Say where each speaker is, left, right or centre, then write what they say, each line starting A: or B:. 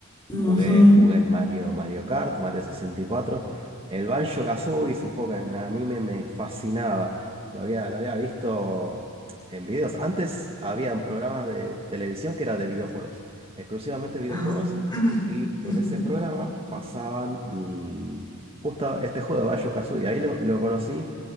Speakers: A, on the left (about 20°); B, on the right (about 25°).
A: Ujú,
B: Jugué, jugué el Mario, Mario Kart, Mario 64. El Banjo-Kazooie es un juego que me- a mí me, me fascinaba. Lo había, lo había visto en videos. Antes habían programas de televisión que era de videojuegos, exclusivamente videojuegos.
A: ajá, <clears throat>
B: Y en
A: ujú.
B: ese programa pasaban mm, justo este juego de Banjo-Kazooie. Ahí lo, lo conocí